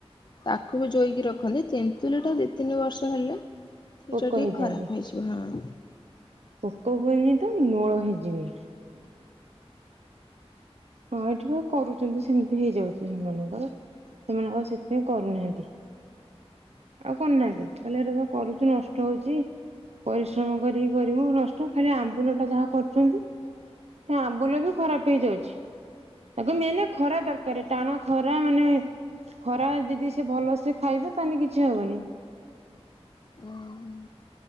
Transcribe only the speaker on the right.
ପୋକ
ହେଇଯାଆନ୍ତି
ପୋକ ହୁଏନି ତ ନୋଳ ହେଇଯିବେ। ହଁ ଏଠି ବା କରୁଚନ୍ତି ସେମିତି ହେଇଯାଉଛି ସେମାନଙ୍କର। ସେମାନେ ଆଉ ସେଥିପାଇଁ କରୁନାହାନ୍ତି। ଆଉ କରୁନାହାନ୍ତି। କହେ ସେଟା ତ କରୁଛୁ ନଷ୍ଟ ହଉଛି। ପରିଶ୍ରମ କରିକି କରିବୁ ନଷ୍ଟ ଖାଲି ଆମ୍ବୁଲାଟା ଯାହା କରୁଛନ୍ତି। ହଁ ଆମ୍ବୁଲ ବି ଖରାପ ହେଇଯାଉଛି। ତାକୁ ମେନେ ଖରା ଦରକାରେ। ଟାଣ ଖରା ମାନେ ଖରା ଯଦି ସେ ଭଲ ସେ ଖାଇବେ ତାହେନେ କିଛି ହବନି।